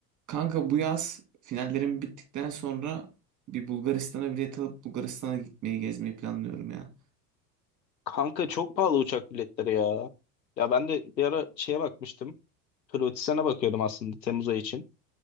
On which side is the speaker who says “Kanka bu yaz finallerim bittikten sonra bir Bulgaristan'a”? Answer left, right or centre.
Right